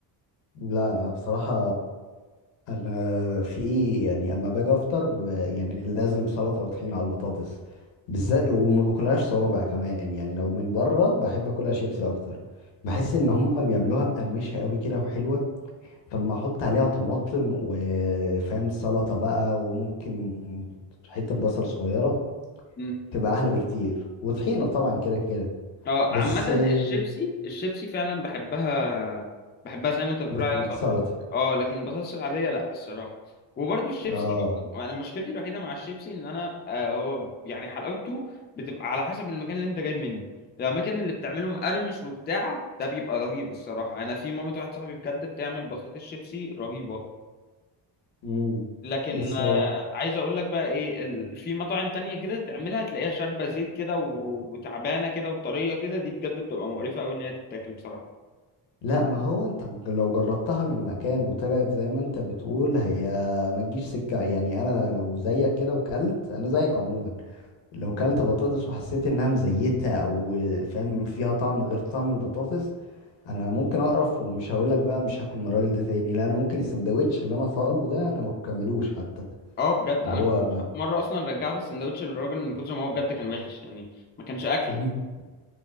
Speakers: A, on the left; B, on the left.
A: لا انا بصراحة انا في ايه يعني اما باجي افطر آه، يعني لازم سلطه وطحينه على البطاطس بالذات وما باكلهاش صوابع كمان يعني لو من بره بحب اكلها شيبسي اكتر بحس ان هم بيعملوها مقرمشه قوي كده وحلوه فاما احط عليها طماطم وفاهم سلطه بقى وممكن حته بصل صغيره
B: يعني
A: تبقى احلى بكتير وطحينه طبعا كده كده
B: اه
A: بس
B: عامة
A: آه،
B: الشيبسي الشيبسي فعلا بحبها بحبها زي ما انت بتقول
A: بت-
B: عليها
A: بسلطه
B: سلطة لكن- اه لكن البطاطس العادية لا الصراحة وبرضو الشيبسي
A: اه
B: انا مشكلتي الوحيدة مع الشيبسي ان انا آه هو يعني حلاوته بتبقى على حسب المكان اللي انت جايب منه الاماكن اللي بتعمله مقرمش وبتاع ده بيبقى رهيب الصراحة انا في مامة واحد صاحبي بجد بتعمل بطاطس شيبسي رهيبة
A: امم
B: لكن
A: بس
B: آه، عايز اقول لك بقى ايه ال- في مطاعم تانية كده تعملها تلاقيها شاربة زيت كده و- وتعبانة كده وطرية كده دي بجد بتبقى مقرفة قوي ان هي تتاكل بصراحة
A: لا ما هو انت ج- لو جربتها من مكان وطلعت زي ما انت بتقول هي ما تجيش سكة يعني انا لو زيك كده وكلت انا زيك عموما لو كلت بطاطس وحسيت انها مزيتة او فاهم فيها طعم غير طعم البطاطس انا ممكن اقرف ومش هقولك بقى مش هاكل من الراجل ده تاني لا انا ممكن السندوتش اللي انا طالبه ده انا ما اكملوش حتى
B: اه بجد
A: اللي
B: انا
A: هو
B: <laughs> في
A: ما...
B: في مرة اصلا رجعت السندوتش للراجل من كتر ما هو بجد كان وحش يعني ما كانش اكل
A: <laughs>